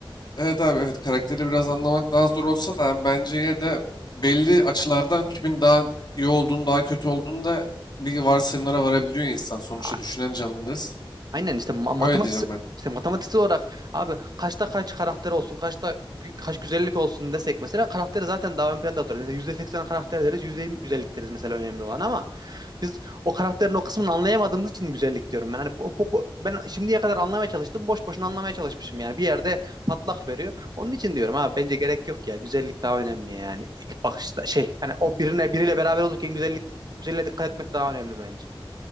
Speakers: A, on the left (about 55°); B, on the right (about 50°).
A: Evet abi evet karakteri biraz anlamak daha zor olsa da abi bence yine de belli açılardan kimin daha iyi olduğunu daha kötü olduğunu da bir varsayımlara varabiliyor insan. Sonuçta
B: A-
A: düşünen
B: işte
A: canlılarız.
B: aynen işte ma- matematik
A: Öyle diyeceğim ben.
B: işte matematiksel olarak abi kaçta kaç karakter olsun, kaçta gü- kaç güzellik olsun desek mesela karakteri zaten daha ön planda oturur. Mesela %80 karakter deriz, %20 güzellik deriz mesela önemli olan ama Biz o karakterin o kısmını anlayamadığımız için güzellik diyorum ben. Hani bu, bu- bu- ben şimdiye kadar anlamaya çalıştım. Boş boşuna anlamaya çalışmışım yani. Bir yerde patlak veriyor. Onun için diyorum abi bence gerek yok ya. Güzellik daha önemli yani. İlk bakışta şey hani o birine biriyle beraber olurken güzellik güzelliğe dikkat etmek daha önemli bence.